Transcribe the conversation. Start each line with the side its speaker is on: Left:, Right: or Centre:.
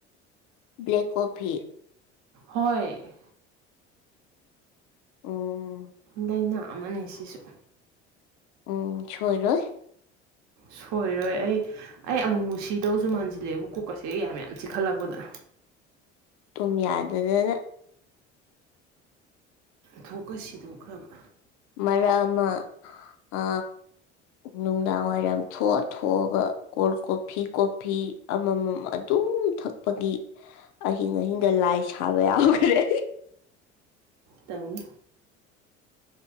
Left: ꯕ꯭ꯂꯦꯛꯀꯣꯚ
Right: ꯍꯣꯏ
Left: ꯎꯝ
Right: ꯂꯩꯥꯏꯅꯥ ꯑꯃꯅꯤ ꯁꯤꯁꯨ
Left: ꯎꯝ ꯁꯣꯏꯔꯣꯏ
Right: ꯁꯣꯏꯔꯣꯏ ꯑꯩ ꯑꯩ ꯑꯃꯨꯛ ꯃꯨꯛ ꯁꯤꯗꯧꯁꯨ ꯃꯥꯟꯁꯤꯜꯂꯛꯦꯕ ꯀꯨꯣꯛ ꯑꯁꯦ ꯑꯩ ꯀ ꯃ ꯌꯥꯝ ꯆꯤꯛꯈꯠꯂꯛꯄꯗ꯫
Left: ꯇꯨꯝ ꯌꯥꯗꯗꯅ
Right: ꯊꯣꯛꯀ ꯁꯤꯗꯣꯛꯈ꯭ꯔꯕ
Left: ꯃꯔꯔꯛ ꯑꯃ ꯑ ꯅꯨꯡꯗꯥꯡ ꯋꯥꯏꯔꯝ ꯊꯣꯛꯑ ꯊꯣꯛꯑꯒ ꯀꯣꯜ ꯀꯣꯐꯤ ꯀꯣꯐꯤ ꯑꯃꯃꯝ ꯑꯗꯨꯝ ꯊꯛꯄꯒꯤ ꯑꯍꯤꯡ ꯑꯍꯤꯡꯗ ꯂꯥꯏ ꯁꯥꯕ ꯌꯥꯎꯈ꯭ꯔꯦ
Right: ꯇꯧ